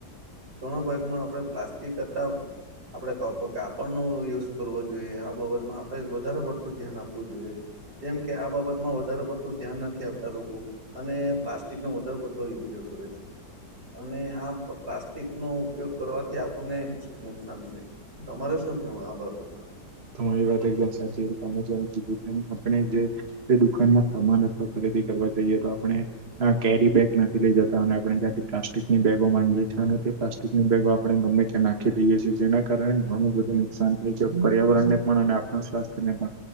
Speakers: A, on the right; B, on the right.
A: ઘણો ભાગ ન આપડે પ્લાસ્ટિક કરતા આપડે કાપડ નો યુઝ કરવો જોઈએ આ બાબતમાં આપડે વધારે તો કે્યાન આપો જોએ જેમ કે આ બાબતમાં વધારે પડતું ધ્યાન નથી આપતા લોકો અને પ્લાસ્ટિક નો વધાર પડતો ઉપયોગ <unintelligible> અને આ પ્લાસ્ટિક નો ઉપયોગ કરવાથી આપણને નુકસાન છે તમારે શું શું કેવું આ બાબત માં
B: તમારી વાત એકદમ સાચી છે તમે જેમકીધું એમ આપણે જે દુકાન સામાન અવા ઈએ ખરીદી કરવાની જઈએતો આપણે કેરી બેગ નથી લઈ જતા અનેણે ત્યાંથી પ્લાસ્ટિકની બેગો માંગીેએ છે પ્લાસ્ટિકની બેગો આપણે ગમે ત્યાં નાખી દઈએ છી જેના કારણે ઘણું બધું નુકસાન <unintelligible> થાય છે. પર્યાવરણને પણ અને આપણા સ્વાસ્થ્ય ને પણ